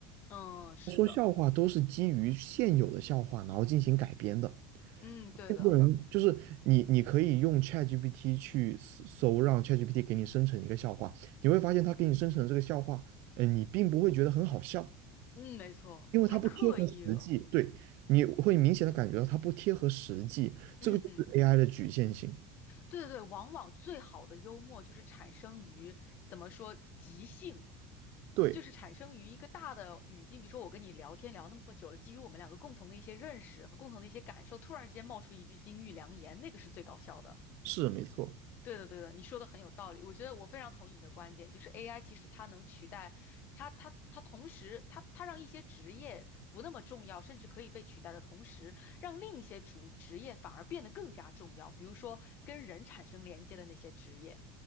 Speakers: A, on the left; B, on the right.
A: 嗯是的，
B: 说笑话都是基于现有的笑话，然后进行改编的。
A: 嗯对的。
B: 并不能就是你，你可以用 ChatGPT 去搜，让 ChatGPT 给你生成一个笑话，你会发现它给你生成的这个笑话，嗯，你并不会觉得很好笑，
A: 嗯，没错，
B: 因为它不贴合实际。
A: 太刻意了。
B: 对，你会明显的感觉到它不贴合实际，这个就是
A: 嗯嗯，
B: AI 的局限性。
A: 对对对，往往最好的幽默就是产生于怎么说即兴，
B: 对，
A: 就是产生于一个大的语境，比如说我跟你聊天聊那么久了，基于我们两个共同的一些认识和共同的一些感受，突然之间冒出一句金玉良言，那个是最搞笑的。
B: 是没错，
A: 对的，对的，你说的很有道理。我觉得我非常同意你的观点，就是 AI 其实它能取代，它它它同时，它它让一些职业不那么重要，甚至可以被取代的同时，让另一些主职业反而变得更加重要。比如说跟人产生连接的那些职业，